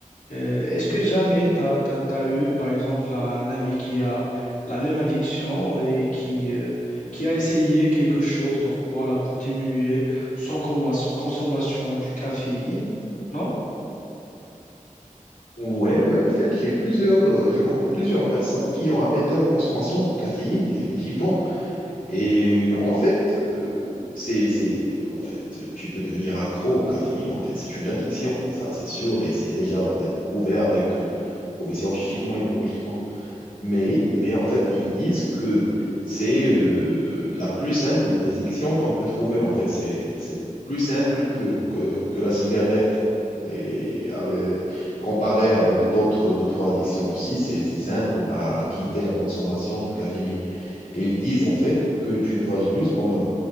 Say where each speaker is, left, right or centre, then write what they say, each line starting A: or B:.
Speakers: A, on the left (about 65°); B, on the left (about 80°).
A: Euh, est-ce que jamais tu as, eu, par exemple, un ami qui a la même addiction et qui, euh, qui a essayé quelque chose, donc voilà, pour diminuer son commo- consommation du caféine? Non?
B: Ouais, ouais, en fait, j'ai plusieurs, euh, je connais plusieurs personnes qui ont arrêté la consommation de caféine, définitivement. Et
A: Ah
B: en
A: bon?
B: fait, euh, c'est, c'est, en fait, tu peux devenir accro au caféine, en fait, c'est une addiction, ça, c'est sûr, et c'est déjà, en fait, prouvé avec, euh, prouvé scientifiquement et biologiquement. Mais, mais en fait, ils disent que c'est euh, la plus simple des addictions qu'on peut trouver. En fait, c'est, c'est plus simple que, que, que la cigarette. Et avec- comparé avec d'autres d'autres addictions aussi, c'est c'est simple à, à quitter la consommation du caféine. Et ils disent en fait que tu vas juste en, en